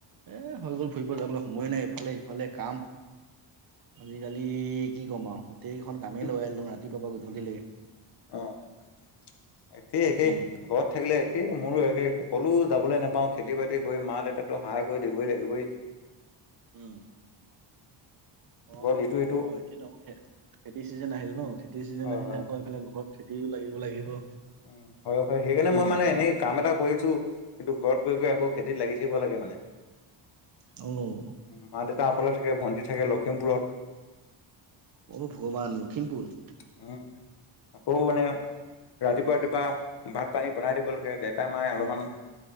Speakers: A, on the right; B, on the left.
A: এ হৈ গ'ল ফুৰিব যাবলৈ সময় নাই ইফালে সিফালে কাম। আজিকালি কি ক'ম আও, গোটেইখন কামেই
B: উম,
A: লগাই ললো ৰাতিপুৱা পৰা গধূলি লেকে।
B: অ' একেই একেই
A: উম।
B: ঘৰত থাকিলে এই মোৰো একে, কলও যাবলৈ নাপাও, খেতি-বাতি কৰি মা-দেউতাকটো সহায় কৰি দিব লাগিবই।
A: উম। অ'
B: ঘৰত ইটো সিটো
A: এতিয়াটো খেতিৰ চিজন আহিল ন, খেতিৰ চিজন
B: হয়,
A: আহিলে
B: হয়।
A: আকৌ এইফালে ঘৰত খেতিও লাগিব লাগিব।
B: উম হয় হয়, সেইকাৰণে
A: উম
B: মই মানে এনেই কাম এটা কৰিছোঁ, কিন্তু ঘৰত কৰি কৰি আকৌ খেতিত লাগি থাকিব লাগে মানে।
A: উম।
B: মা-দেউতা অকলে থাকে, ভণ্টি থাকে লখিমপুৰত।
A: অ' ভগৱান! লখিমপুৰ।
B: উম'। আকৌ মানে ৰাতিপুৱা ৰাতিপুৱা ভাত-পানী বনাই দিব লাগে। দেউতাই-মায়ে অলমান